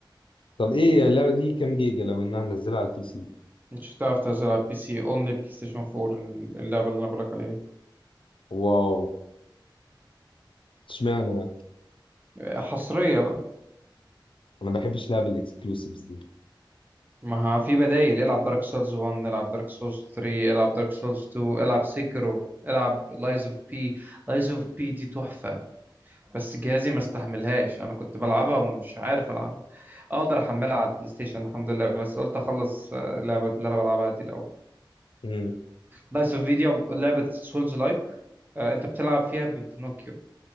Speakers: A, on the left (about 85°); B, on the right (about 20°).
A: طب ايه اللعبة دي كام جيجا لو انها نزلها على البي سي؟
B: مش هتعرف تنزل على البي سي اونلي بلاي ستيشن 4 اللعبه اللي انا بقولك عليها
A: واو اشمعنى انا
B: حصرية بقى
A: ما بحبش لعب الاكسكلوسيفز دي
B: ما ها- في بدايل العب دارك سولز 1 العب دارك سولز 3 العب دارك سولز 2 العب سيكرو العب لايز اوف بي لايز اوف بي دي تحفة بس جهازي ما استحملهاش انا كنت بلعبها ومش عارف العبها اقدر احملها على البلاي ستيشن الحمد لله بس قلت اخلص آه، اللعبة اللي انا بلعبها دي الاول
A: مم.
B: لايز اوف فيديو لعبة سولز لايك انت بتلعب فيها ببنوكيو